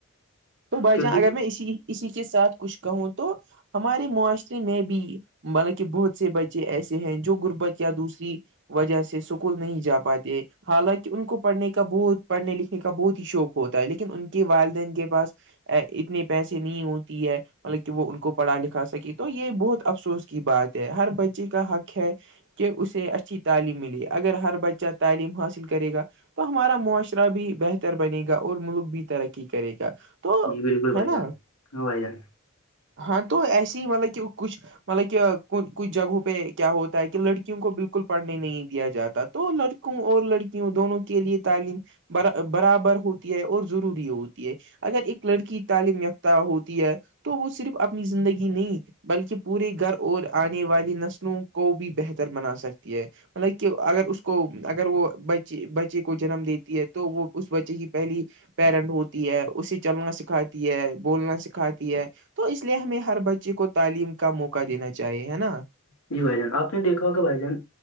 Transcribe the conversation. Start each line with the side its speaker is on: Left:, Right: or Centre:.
Right: تو بھائی
Left: کیونکہ
Right: جان اگر میں اسی اسی کے ساتھ کچھ کہوں تو ہمارے معاشرے میں بھی مطلب کہ بہت سے بچے ایسے ہیں جو غربت یا دوسری وجہ سے سکول نہیں جا پاتے حالانکہ ان کو پڑھنے کا بہت پڑھنے لکھنے کا بہت ہی شوق ہوتا ہے لیکن ان کے والدین کے پاس اتنے پیسے نہیں ہوتی ہے مطلب کہ وہ ان کو پڑھا لکھا سکی تو یہ بہت افسوس کی بات ہے ہر بچے کا حق ہے کہ اسے اچھی تعلیم ملی اگر ہر بچہ تعلیم حاصل کرے گا تو ہمارا معاشرہ بھی بہتر بنے گا اور ملک بھی ترقی کرے گا تو
Left: جی بالکل بھائی
Right: ہے نا
Left: جان ہاں بھائی جان
Right: ہاں تو ایسے ہی مطلب کہ کچھ مطلب کہ کچھ جگہوں پہ کیا ہوتا ہے کہ لڑکیوں کو بالکل پڑھنے نہیں دیا جاتا تو لڑکوں اور لڑکیوں دونوں کے لیے تعلیم برابر ہوتی ہے اور ضروری ہوتی ہے اگر ایک لڑکی تعلیم یافتہ ہوتی ہے تو وہ صرف اپنی زندگی نہیں بلکہ پورے گھر اور آنے والی نسلوں کو بھی بہتر بنا سکتی ہے مطلب کہ اگر اس کو اگر وہ بچے بچے کو جنم دیتی ہے تو وہ اس بچے کی پہلی پیرنٹ ہوتی ہے اسی چلنا سکھاتی ہے بولنا سکھاتی ہے تو اس لیے ہمیں ہر بچے کو تعلیم کا موقع دینا چاہیے ہے نا
Left: جی بھائی جان آپ نے دیکھا ہوگا بھائی جان